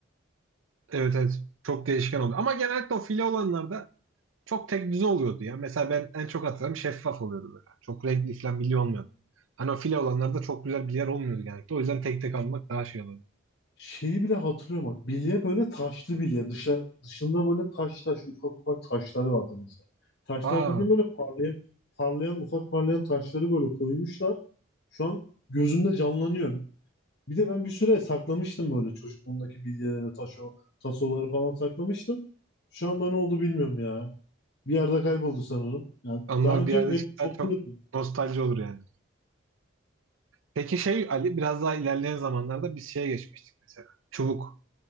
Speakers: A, on the right; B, on the left.
A: Evet evet çok değişken oldu. Ama genellikle o file olanlarda çok tek düze oluyordu ya. Mesela ben en çok hatırlarım şeffaf oluyordu böyle. Çok renkli falan bilgi olmuyordu. Hani o file olanlarda çok güzel bilgiler olmuyordu genellikle. O yüzden tek tek almak daha şey oluyordu.
B: Şeyi bile hatırlıyorum bak. Bilye böyle taşlı bilye. Dışa, dışında böyle taş taş ufak ufak taşları vardı mesela. Taşlar
A: Aa,
B: dediğim böyle parlayan parlayan ufak parlayan taşları böyle koymuşlar. Şu an gözümde canlanıyor. Bir de ben bir süre saklamıştım böyle çocukluğumdaki bilyeleri, taşo, tasoları falan saklamıştım. Şu anda ne oldu bilmiyorum ya. Bir yerde kayboldu sanırım. Yani
A: onlar
B: daha önce
A: bir yerde
B: hep
A: çıksa
B: topluyordum
A: çok nostalji olur yani. Peki şey Ali biraz daha ilerleyen zamanlarda biz şeye geçmiştik mesela. Çubuk.